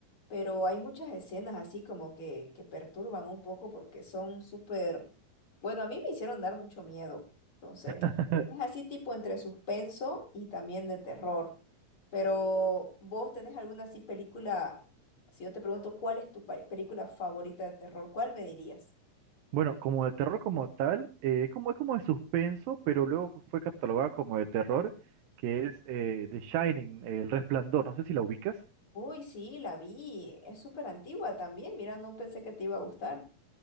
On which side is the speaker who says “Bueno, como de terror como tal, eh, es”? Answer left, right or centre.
Right